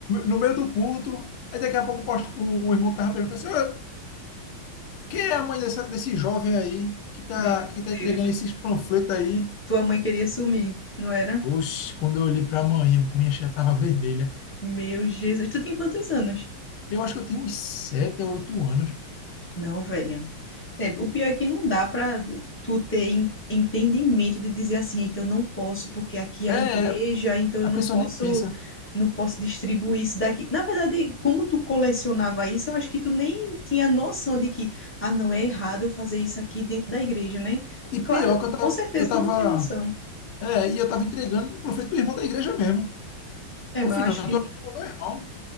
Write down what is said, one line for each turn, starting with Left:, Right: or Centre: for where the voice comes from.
Left: no meio do culto, aí daqui a pouco o, posto, o irmão que tava perguntando assim, "Ô, quem é a mãe dessa- desse jovem aí que tá,
Centre: Meu
Left: que tá entregando
Centre: Deus.
Left: esses panfletos aí?
Centre: Tua mãe queria sumir, não era?
Left: Oxe, quando eu olhei pra mãe, a minha já tava vermelha.
Centre: Meu Jesus. Tu tinha quantos anos?
Left: Eu acho que eu tinha uns sete ou oito anos.
Centre: Não, velho. É, o pior é que não dá para tu ter en- entendimento de dizer assim, eita, eu não posso porque aqui é
Left: É,
Centre: a igreja,
Left: é,
Centre: então
Left: a
Centre: eu não
Left: pessoa
Centre: posso,
Left: nem pensa.
Centre: não posso distribuir isso daqui. Na verdade, como tu colecionava isso, eu acho que tu nem tinha noção de que, ah, não, é errado eu fazer isso aqui dentro da igreja, né?
Left: E
Centre: Claro,
Left: pior que eu tava,
Centre: com certeza
Left: eu tava,
Centre: tu não tinha noção.
Left: é, e eu tava entregando pro panfleto do irmão da igreja mesmo.
Centre: É,
Left: No
Centre: mas
Left: final,
Centre: eu acho
Left: eu
Centre: que
Left: tô ajudando o meu irmão,